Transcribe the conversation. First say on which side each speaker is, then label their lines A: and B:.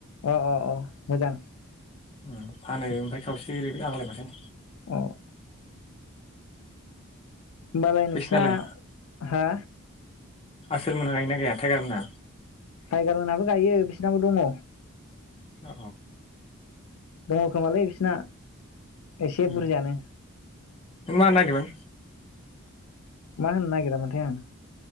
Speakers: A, on the left; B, on the left.
A: अ अ अ मोजां।
B: ओम फानो ओमफ्राय खावसे ओरैनो आग्लायबथाय।
A: अ होमबालाय नोंसिना
B: बैसिनालाय
A: हो
B: आसोल मोना गायो ना गाया टाइगार मोना?
A: टाइगार मोनहाबो गायो बिसनाबो दङ।
B: अ
A: दङ खोमालै बिसिना। एसे
B: उम
A: बुरजायानो
B: नों मा होननो नायदोंमोन?
A: मा होननो नागिरा मोनथाय आं।